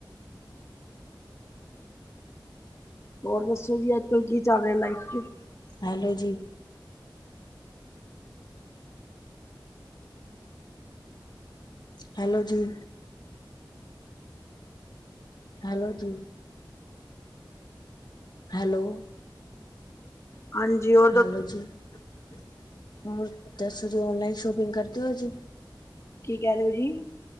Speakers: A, on the left (about 35°); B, on the left (about 60°).
A: ਹੋਰ ਦੱਸੋ ਜੀ, ਅੱਜ ਕੱਲ ਕੀ ਚੱਲ ਰਿਹਾ ਲਾਈਫ ਚ।
B: ਹੈਲੋ ਜੀ। ਹੈਲੋ ਜੀ। ਹੈਲੋ ਜੀ। ਹੈਲੋ।
A: ਹਾਂਜੀਓ।
B: ਹੈਲੋ ਜੀ <unintelligible> ਮ ਦਸੋ ਔਨਲਾਇਨ ਸੌਪਿੰਗ ਕਰਦੇ ਓ ਜੀ।
A: ਕੀ ਕਹਿ ਰਹੇ ਹੋ, ਜੀ।